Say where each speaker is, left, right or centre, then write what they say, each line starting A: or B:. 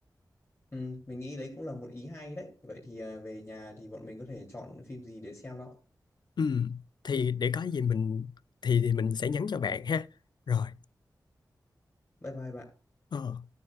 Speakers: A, on the left; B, on the left.
A: ừ, mình nghĩ đấy cũng là một ý hay đấy vậy thì à, về nhà thì bọn mình có thể chọn phim gì để xem đó
B: ừ. thì để có gì mình thì thì mình sẽ nhắn cho bạn ha rồi
A: bye bye bạn
B: Ờ.